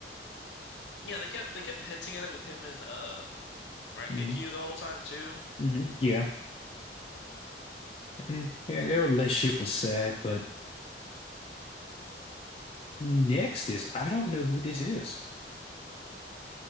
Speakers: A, on the left; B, on the left.
A: yeah, they kept they kept hinting at it with him and uh. Rengeki
B: hmm
A: the whole time too.
B: hmm Yeah. And, yeah, their relationship was sad, but next is I don't know who this is.